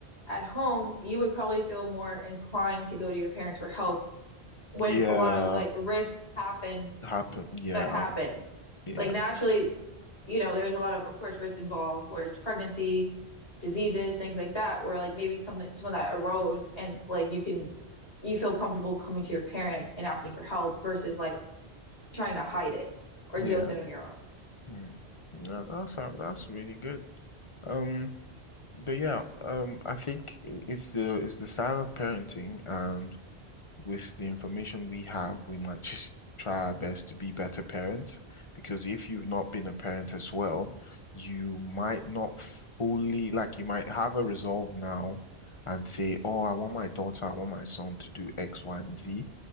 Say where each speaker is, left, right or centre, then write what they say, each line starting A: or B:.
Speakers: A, on the left (about 80°); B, on the left (about 30°).
A: at home, you would probably feel more inclined to go to your parents for help when
B: Yeah,
A: a lot of like risk happens
B: happen. Yeah,
A: that happen.
B: yeah,
A: Like naturally, you know, there's a lot of, of course, risk involved where it's pregnancy, diseases, things like that, where like maybe some some of that arose and like you can you feel comfortable coming to your parent and asking for help versus like trying to hide it or
B: yeah.
A: deal with it on your own.
B: Mm. That, that's that's really good. Um. But yeah, um, I think i- it's the it's the style of parenting, and with the information we have, we might just try our best to be better parents. Because if you've not been a parent as well, you might not fully like you might have a resolve now and say, "Oh, I want my daughter, I want my son to do X, Y, and Z,"